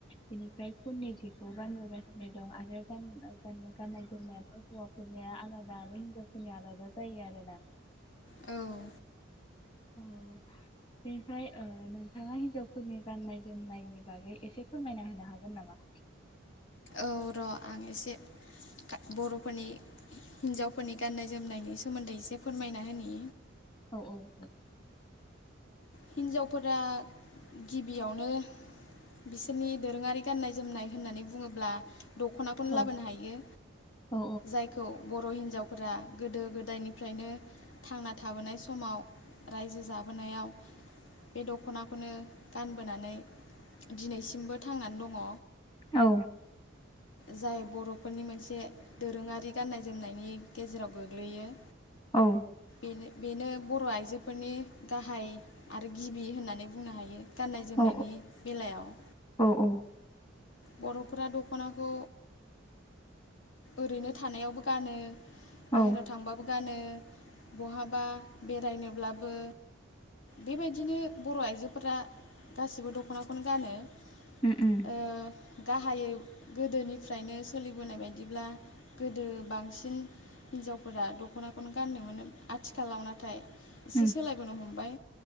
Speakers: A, on the left (about 25°); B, on the left (about 70°).
A: बेनिफ्राय खुननि जिखौ गानबोगासिनो दं आरो गान-गाननाय जोमनायाथ' हौवाफोरनिया आलादा आरो हिनजावफोरनिया आलादा जायो आरो आरोना
B: औ
A: ओ बेनिफ्राय ओ नोंथाङा हिन्जावफोरनि गाननाय जोमनायनि बागै एसे फोरमायना होनो हागोन नामा?
B: औ र' आं एसे गा-बर'फोरनि हिन्जावफोरनि गान्नाय जोमनायनि सोमोन्दै एसे फोरमायना होनि।
A: औ औ औ
B: हिन्जावफोरा गिबियावनो बिसोरनि दोरोङारि गाननाय जोमनाय होननानै बुङोब्ला दखनाखौनो
A: औ
B: लाबोनो हायो
A: औ
B: जायखौ ब बर' हिनजावफोरा गोदो गोदायनिफ्रायनो थांना थाबोनाय समाव रायजो जाबोनायाव बे द'खनाखौनो गानबोनानै दिनैसिमबो थांनानै दङ
A: औ
B: जाय बरफोरनि मोनसे दोरोङारि गाननाय जोमनायनि गेजेराव गोग्लैयो
A: औ
B: बे बेनो बर' आइजोफोरनि गाहाय आरो गिबि होननानै बुंनो हायो गाननाय जोमनायनि
A: औ
B: बेलायाव
A: औ
B: बर'फोरा दख'नाखौ ओरैनो थानायावबो गानो बाहेरायाव
A: औ
B: थांबाबो गानो बहाबा बेरायनोब्लाबो बेबायदिनो बर' आइजोफोरा गासिबो दख'नाखौनो गानो।
A: उम उम
B: ओ गाहायै गोदोनिफ्रायनो सोलिबोनाय बायदिब्ला गोदो बांसिन हिनजावफोरा दख'नाखौनो गाननो मोनो आथिखालाव नाथाय एसे
A: उम
B: सोलायबोनो हमबाय